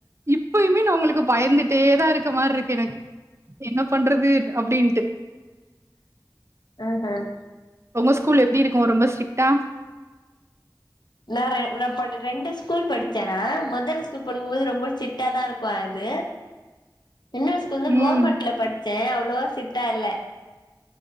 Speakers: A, on the right; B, on the left.
A: இப்பயுமே உங்களுக்கு பயந்துட்டே தான் இருக் மாரி இருக்கெனக் என்ன பண்றது அப்டின்ட்டு.
B: ஆ ஹா அ
A: உங்க ஸ்கூல் எப்டி இருக்கும் ரொம்ப ஸ்ட்ரிட்டா
B: நா நா ரெண்டு ஸ்கூல் படிச்சேன்னா முதல் ஸ்கூல் படிக்கும்போது ரொம்ப ஸ்டிட்டா தான் இருக்கு அது இன்னோ ஸ்கூல
A: ம்.
B: கொவர்மெண்ட்ல படிச் சே அவ்ளோவா ஸ்டிட்டா இல்ல